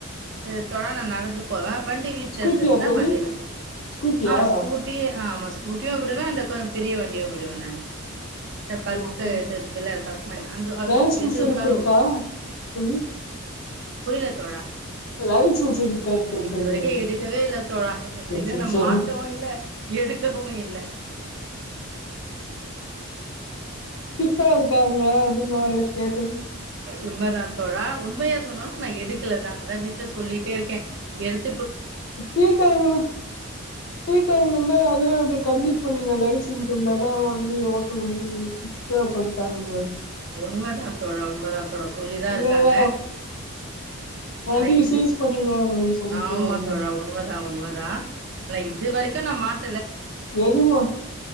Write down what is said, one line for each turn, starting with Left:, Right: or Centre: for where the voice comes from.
Right: ஆ தோழா நா நடந்து போலா வண்டி வீட்ல
Left: ஸ்கூட்டியா
Right: இருந்துச்சுனா
Left: தோழி
Right: வண்டில போவ
Left: ஸ்கூட்டியா
Right: ஆ ஸ்கூட்டி ஆமா ஸ் ஸ்கூட்டியு விடுவே அந்த கொ பெரிய வண்டியு விடுவே நானு பர்க்
Left: ஓஹோ
Right: எது இருக்குல்ல பர்க்மென்ட் அந்த அதுவு
Left: லைசன்ஸுனுக்கு
Right: எது இருந்தாலு ஓகே
Left: <unintelligible>
Right: இல்ல தோழா
Left: <unintelligible> <unintelligible>
Right: இது வரைக்கும் எடுக்கவே இல்ல தோழா இதுல
Left: அச்சச்சோ
Right: நான் மாட்டவும்
Left: <unintelligible> <unintelligible>
Right: இல்ல எடுக்கவும் இல்ல
Left: ஸ்ட்ரிக்டா இருக்கா ல்ல அதுனால கேட்டே
Right: உண்மைதா தோழா உண்மையா சொன்னனா நா எடுக்கல தா அதா வீட்ல சொல்லிட்டே இருக்கே எடுத்
Left: ஃப்ரீ டைம் ஃப்ரீ டைம் இருந்தா அதுவே கன் இப்ப நீங்க லைசன்ஸ் இருந்தா தா வண்டிய ஓட்ட முடியு சொல்லிட்டாங்க
Right: உண்மதா தோழா உண்மதா தோழா சொல்லிதா
Left: இல்லல்ல
Right: இருக்காங்க
Left: வண்டிய
Right: ஆனா இது
Left: சீஸ் பண்ணிருவாங்கனு சொல்லிக்கிறாங்க
Right: ஆமா தோழா உண்மதா உண்மதா ஆனா இது வரைக்கு நா மாட்ற
Left: எதுமோ